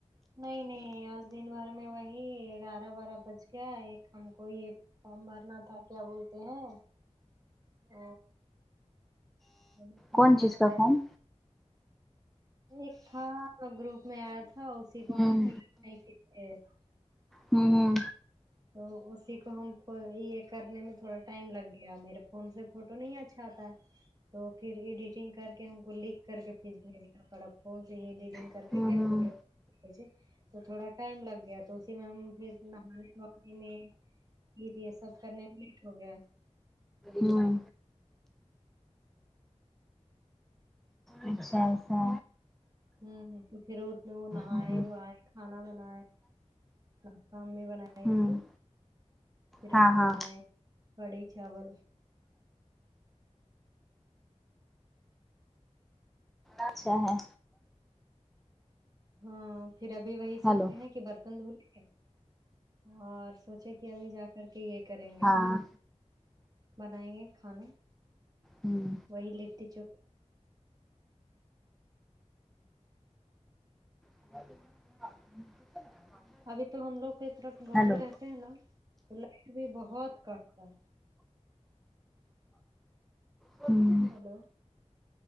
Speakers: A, on the right; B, in the centre.
A: نہیں نہیں آج دن بھر میں وہی گیارہ بارہ بج گیا ایک ہم کو یہ فارم بھرنا تھا کیا بولتے ہیں ا ب فارم
B: کون
A: بھرنا
B: چیز کا فون
A: تھا وہ ایک تھا گروپ میں آیا تھا اسی کو
B: ہوں
A: ہم پ نہیں <unintelligible> تھے
B: ہوں ہوں
A: تو اسی کو ہم آ یہ کرنے میں تھوڑا ٹائم لگ گیا میرے فون سے فوٹو نہیں اچھا آتا تو پھر ایڈیٹنگ کر کے ہم کو لکھ کر کے پھیس بھیجے پڑا فون سے ہی ایڈیٹنگ کر
B: ہوں
A: کے کمپیوٹر او جی تو تھوڑا ٹائم لگ گیا تو اسی میں ہم پھر نہانے وہانے پھر یہ سب کرنے میں لیٹ ہوگیا
B: ہوں اچھا ایسا
A: ہوں تو پھر اٹھے نہائے
B: ہوں
A: وھائے کھانا بنائے کل تو امی بنائی
B: ہوں
A: تھی پھر
B: ہاں
A: ہم بنائے
B: ہاں
A: کڑھی چاول
B: اچھا ہے
A: ہاں پھر ابھی وہی
B: ہیلو
A: سوتے ہیں کی برتن دھولے اور سوچے کہ ابھی جا کر کے یہ کریں گے
B: ہاں
A: بنائیں گے کھانا
B: ہوں
A: وہی لیتی چپ
B: <unintelligible>
A: ابھی تو ہم لوگ کوئی طرف گاؤں
B: ہیلو
A: میں رہتے ہیں نا تو لائٹ بھی بہت کاٹتا ہے
B: ہوں
A: ہیلو